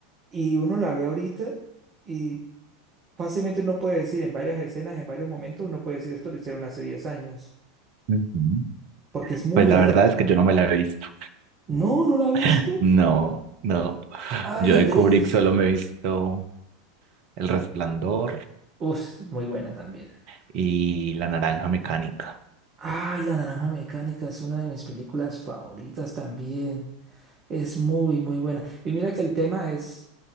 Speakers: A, on the right (about 30°); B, on the right (about 45°).
A: y uno la ve ahorita y fácilmente uno puede decir en varias escenas, en varios momentos, uno puede decir esto lo hicieron hace 10 años,
B: ujú.
A: porque es muy
B: Pues la
A: adelantada.
B: verdad es que yo no me la he visto.
A: No, no la ha
B: <laughs>
A: visto.
B: No, no.
A: Ay,
B: Yo
A: Andrés.
B: de Kubrick solo me he visto El Resplandor
A: Uf, es muy buena también.
B: y La Naranja Mecánica.
A: Ay, La Naranja Mecánica es una de mis películas favoritas también. Es muy, muy buena. Y mira que el tema es,